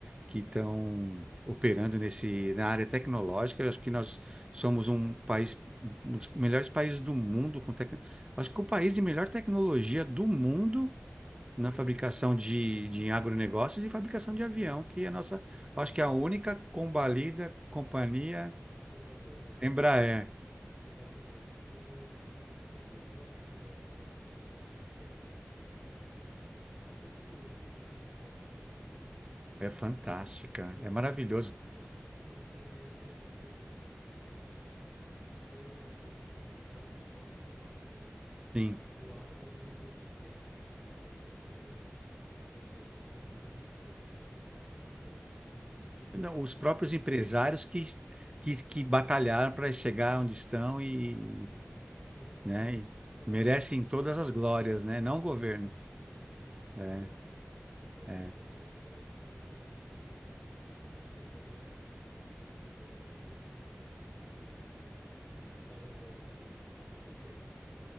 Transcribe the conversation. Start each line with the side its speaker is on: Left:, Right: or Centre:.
Right: que estão operando nesse, na área tecnológica. Eu acho que nós somos um país, um dos melhores países do mundo com tec... Acho que o país de melhor tecnologia do mundo na
Left: em
Right: fabricação
Left: agro, é.
Right: de,
Left: nas
Right: de agronegócios e fabricação de avião,
Left: sim,
Right: que é a nossa,
Left: sim,
Right: acho que é a única combalida companhia
Left: exatamente.
Right: Embraer.
Left: Exatamente. O que, o que eu gosto de lembrar basta- bastante no Brasil é que a tecnologia em agro no Brasil é muito avançada.
Right: É fantástica,
Left: E daí
Right: é maravilhoso.
Left: você, você vê, pergunta por quê? Aí eu, eu, eu trago só fatos, né?
Right: Sim.
Left: Ah, o agro, ele foi muito <laughs> esquecido pelo governo brasileiro. Ou seja, o governo brasileiro nunca mexeu no agro e deixou o, a- o agro para iniciativa privada.
Right: Não, os próprios empresários
Left: Tipo,
Right: que, que, que
Left: aham.
Right: batalharam para chegar onde estão e,
Left: Uhum, exatamente.
Right: né, e
Left: Então,
Right: merecem
Left: ele
Right: todas
Left: é
Right: as glórias,
Left: altamente
Right: né? Não o governo.
Left: produtivo e competitivo
Right: É,
Left: mundialmente, porque
Right: é,
Left: foi um setor que o, Bra- que o governo brasileiro simplesmente deixou a esmo, e um setor automobilístico que, que na Alemanha também é muito mexido pelo governo,